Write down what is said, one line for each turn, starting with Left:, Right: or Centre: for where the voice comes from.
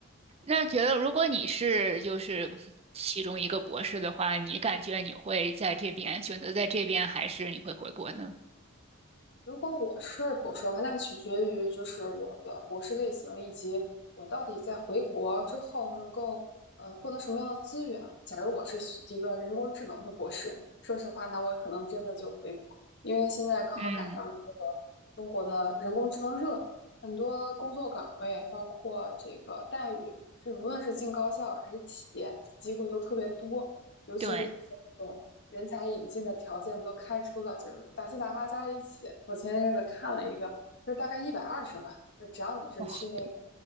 Right: 那觉得，如果你是就是其中一个博士的话，你感觉你会在这边选择在这边，还是你会回国呢？
Left: 如果我是博士的话，那取决于就是我的博士类型以及我到底在回国之后能够呃获得什么样的资源。假如我是学一个人工智能的博士，说实话，那我可能真的就回国，因为现在刚好赶上这个中国的人工智能热，
Right: 嗯，
Left: 很多工作岗位，包括这个待遇，这无论是进高校还是企业，机会都特别多。尤其是。
Right: 对，
Left: 种人才引进的条件都开出了，就是杂七杂八加一起。我前一阵子看了一个，就是大概一百二十万，就只要你是去那个
Right: 哇，